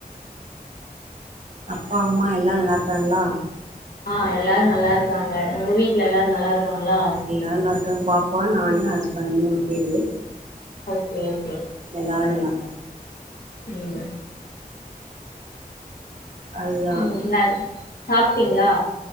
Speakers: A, on the right; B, on the left.
A: அப்பா அம்மா எல்லா நல்லாருக்காங்ளா
B: ஆ எல்லாரு நல்லாருக்காங்க உங்க வீட்ல எல்லாரு நல்லாருக்காங்களா
A: எல்லார் நல்லாருக்காங்க பாப்பா நானு ஹஸ்பண்ட் மூணு பேரு
B: ஓகே ஓகே
A: எல்லாருக்குதா
B: ம்
A: அதுதா
B: ம் என்னாது சாப்ட்டீங்ளா